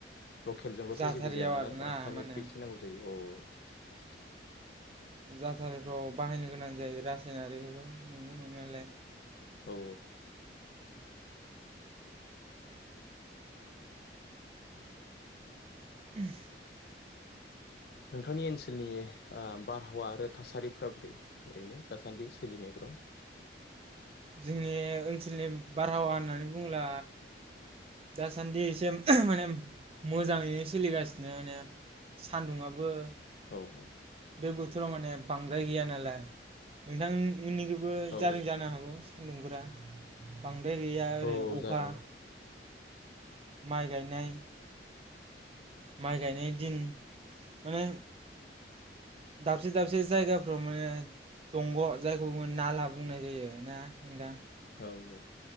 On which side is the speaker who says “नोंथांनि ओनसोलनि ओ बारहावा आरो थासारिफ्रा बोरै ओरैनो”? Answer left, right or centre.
Left